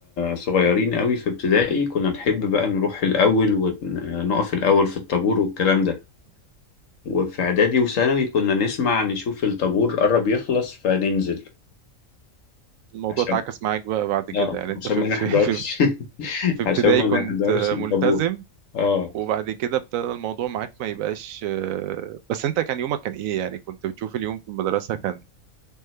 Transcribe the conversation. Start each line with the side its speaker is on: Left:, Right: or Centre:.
Left: صغيرين قوي في ابتدائي كنا نحب بقى نروح الأول ونقف الأول في الطابور والكلام ده وفي إعدادي وثانوي كنا نسمع نشوف الطابور قرب يخلص فننزل
Right: الموضوع
Left: عشان
Right: اتعكس معاك بقى بعد كده
Left: اه
Right: يعني انت
Left: عشان
Right: في
Left: ما
Right: في
Left: نحضرش
Right: في,
Left: <laughs>
Right: في ابتدائي
Left: عشان ما
Right: كنت
Left: نحضرش الطابور
Right: ملتزم
Left: اه
Right: وبعد كده ابتدى الموضوع معاك ما يبقاش آه، بس انت كان يومك كان ايه يعني كنت بتشوف اليوم في المدرسة كان